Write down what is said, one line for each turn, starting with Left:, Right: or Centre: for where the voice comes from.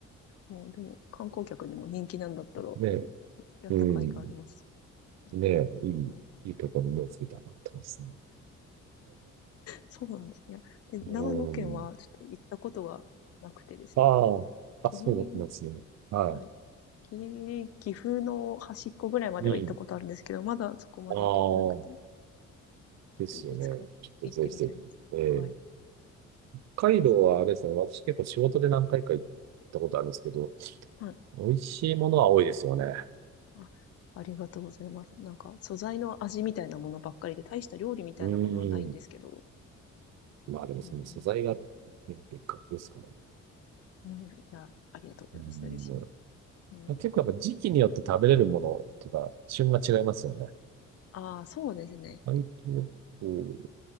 Left: もうでも観光客にも人気なんだったら、
Right: <laughs> ね、
Left: やった甲斐があります。
Right: うん。ね、
Left: ええ、
Right: いい、いいところに目をつけたなって感じですね。
Left: そうなんですね。で、
Right: <laughs> う
Left: 長野県はちょっと行ったことがなくてですね。
Right: ん。ああ、
Left: ギリギリ、
Right: あ、そうなんですね。は
Left: はい。ギリギリ岐阜の端っこぐらいまでは行ったことあるんですけど、
Right: い。うん。
Left: まだそこまで行けてなくて、
Right: ああ、
Left: ちょ
Right: ですよね。
Left: っといつか行ってみたいです。
Right: ちょっとぜひぜひ。ええ
Left: はい。
Right: 北海道はあれですね、
Left: そ
Right: 私結構仕事で何回か行ったことあるんですけど、
Left: うはい。
Right: 美味しいものは多いですよね。
Left: あ、ありがとうございます。なんか素材の味みたいなものばっかりで、大した料理みたいなものはないんですけど、
Right: うーん。まあでもその素材が、
Left: うん。
Right: ね、別格ですから。う
Left: うんいや、ありがとうございます。
Right: ん。
Left: 嬉しいです。うん、なんか
Right: 結構やっぱ時期によって食べれるものっていうか、旬が違いますよね。
Left: ああ、そうですね。
Right: 意外と、うん